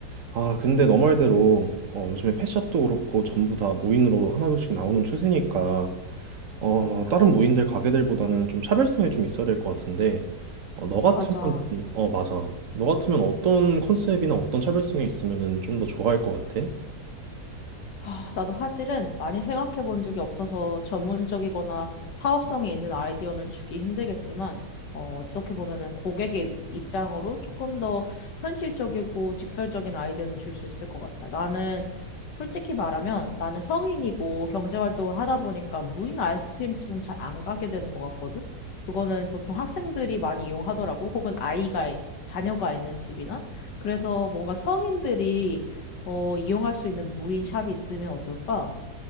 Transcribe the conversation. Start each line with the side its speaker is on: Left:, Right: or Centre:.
Right: 아, 근데 너 말대로 어, 요즘에 펫샵도 그렇고 전부 다 무인으로 하나둘씩 나오는 추세니까 어, 다른 무인들 가게들보다는 좀 차별성이 좀 있어야 될 것 같은데 어, 너 같으면
Left: 맞아.
Right: 어 맞아. 너 같으면 어떤 컨셉이나 어떤 차별성이 있으면은 좀 더 좋아할 것 같아?
Left: 아, 나도 사실은 많이 생각해 본 적이 없어서 전문적이거나 사업성이 있는 아이디어는 주기 힘들겠지만, 어, 어떻게 보면은 고객의 입- 입장으로 조금 더 현실적이고 직설적인 아이디어는 줄 수 있을 것 같아. 나는 솔직히 말하면 나는 성인이고 경제활동을 하다 보니까 무인 아이스크림 집은 잘 안 가게 되는 것 같거든? 그거는 보통 학생들이 많이 이용하더라고. 혹은 아이가, 자녀가 있는 집이나. 그래서 뭔가 성인들이 어, 이용할 수 있는 무인 샵이 있으면 어떨까?